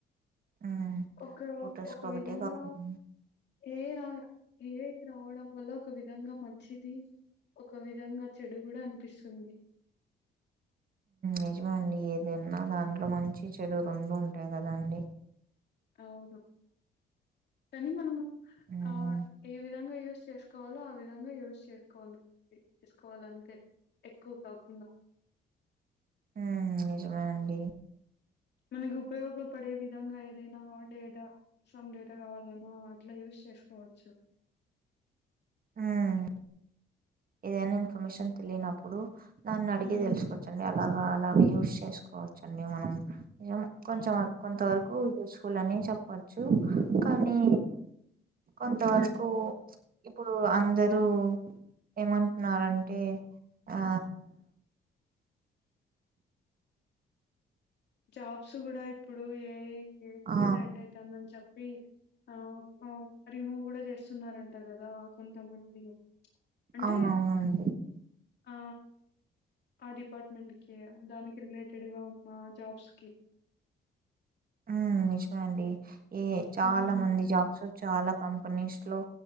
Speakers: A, on the right (about 45°); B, on the left (about 60°).
A: ఉమ్
B: ఒక
A: ఫొటోస్కి
B: ఒక
A: ఒకటే
B: విధంగా
A: కాకుండా
B: ఏ రా ఏ రావడం వల్ల ఒక విధంగా మంచిది ఒక విధంగా చెడు కూడా అనిపిస్తుంది
A: నిజమండి ఏదన్నా దాంట్లో మంచి చెడు రెండు ఉంటాయి కదాండి
B: అవును కానీ మనము
A: ఉమ్
B: ఆ ఏ విధంగా యూ ూ చేసుకోవాలో ఆ విధంగా యూస్ చేసుకోవను చేసుకోవాలంటే ఎక్కువ కాకుండా
A: ఉ నిజమే అండి
B: మనకి ఉపయోగపడే విధంగా ఏదైనా డేటా సమ్ డేటా కావాలన్నా అట్లా యూస్ చేసుకోవచ్చు
A: ఉమ్మ్ ఏదైనా ఇన్ఫర్మేషన్ తెలియనప్పుడు దాన్ని అడిగి
B: ఉమ్
A: తెలుసుకోవచ్చండి అలా అలాగ యూజ్ చేసుకోవచ్చుండి మనం కొంచెం
B: ఉమ్
A: కొంత వరకు చూసుకోవలని చెప్పచ్చు కానీ కొంతవరకు ఇప్పుడు అందరూ ఏమంటున్నారంటే ఆ
B: జాబ్స్ కూడా ఇప్పుడు ఏ ఎకు
A: ఆ
B: ట్రెండ్ అయితు అంద చెప్ప ఆ రిమూవ్ కూడా చేస్తున్నారంట కదా కొంతమంది అంటే
A: అవునవునండి
B: ఆ ఆ డిపార్ట్మెంట్ కి దానికి రిలేటెడ్ గా ఉన్న జాబ్ స్కిిప్
A: ఉ నిజమే అండి ఏ చాలా
B: ఉమ్
A: మంది జాబ్స్ చాలా కంపెనీస్ లో